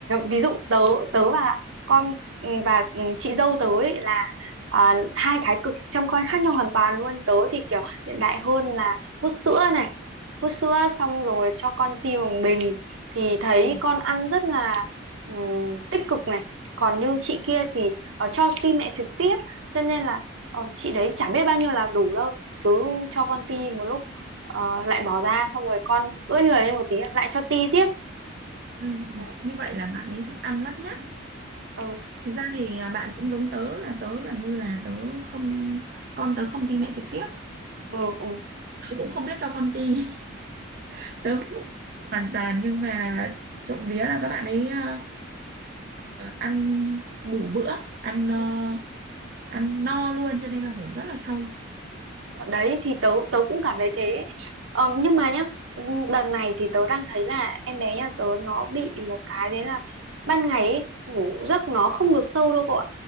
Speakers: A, on the right; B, on the right.
A: ví dụ tớ tớ và con ừ, và ừ, chị dâu tớ ấy là à, hai thái cực chăm con khác nhau hoàn toàn luôn tớ thì kiểu hiện đại hơn là hút sữa này hút sữa xong rồi cho con ti bằng bình thì thấy
B: Ừ.
A: con ăn rất là ừm, tích cực này còn như chị kia thì ờ, cho ti mẹ trực tiếp cho nên là ờ, chị đấy chả biết bao nhiêu là đủ đâu cứ cho con ti một lúc Ờ, lại bỏ ra xong rồi con ướt người lên một tí lại cho ti tiếp
B: Ừ. ừ.
A: đấy.
B: Như vậy
A: Ừ.
B: là bạn ấy sẽ ăn lắt nhắt.
A: Ừ.
B: Thực ra thì à, bạn cũng giống tớ là tớ gần như là tớ không con tớ không ti mẹ trực tiếp.
A: Ừ. Ừ.
B: Tớ cũng không biết cho con ti. <laughs> Tớ không biết hoàn toàn nhưng mà trộm vía là các bạn ấy à, à, ăn đủ bữa, ăn ờ,
A: ừ.
B: ăn no luôn cho nên là ngủ rất là sâu.
A: đấy thì tớ tớ cũng cảm thấy thế ờ, nhưng mà nhá đợt này thì tớ đang thấy là em bé nhà tớ nó bị một cái đấy là ban ngày ấy, ngủ giấc nó không được sâu đâu cậu ạ